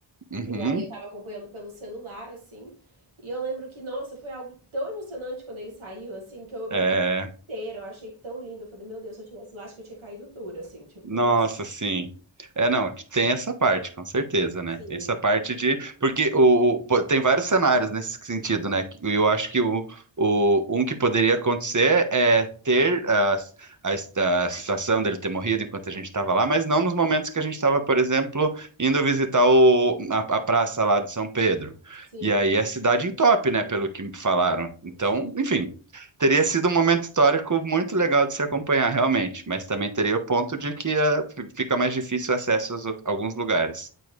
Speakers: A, on the right; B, on the right.
A: Uhum.
B: e aí eu tava acompanhando pelo celular, assim. E eu lembro que, nossa, foi algo tão emocionante quando ele saiu, assim, que eu me
A: É,
B: arrepiei inteira. Eu achei tão lindo. Eu falei, meu Deus, se eu tivesse lá, acho que eu tinha caído dura, assim, tipo,
A: Nossa,
B: nossa.
A: sim. É, não, tem essa parte, com certeza, né?
B: Sim,
A: Tem essa parte de. Porque o, o- pô, tem vários cenários nesse sentido, né? E eu acho que o, o, um que poderia acontecer é ter a, a, s- a situação dele ter morrido enquanto a gente estava lá, mas não nos momentos que a gente estava, por exemplo, indo visitar o, a, a praça lá de São Pedro.
B: sim,
A: E aí a cidade entope, né? Pelo que me falaram. Então,
B: sim.
A: enfim. Teria sido um momento histórico muito legal de se acompanhar, realmente, mas também teria o ponto de que eh, fi- fica mais difícil o acesso a alguns lugares.